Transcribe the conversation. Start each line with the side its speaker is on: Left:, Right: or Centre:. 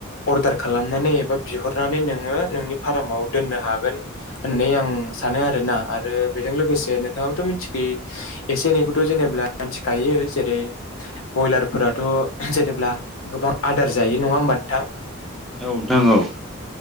Left: अर्डार खालामनानै एबा बिहरनानै नोङो नोंनि फार्माव दोननो हागोन होननानै आं सानो आरोना आरो बेजों लोगोसे नोंथाङाबोथ मिथिखायो एसे एनैखौथ जेनेबा मिथिखायो जेरै बयलारफ्राथ जेनेब्ला गोबां आदार जायो जायो नङा होनबा नोंथां
Centre: औ नोंथां औ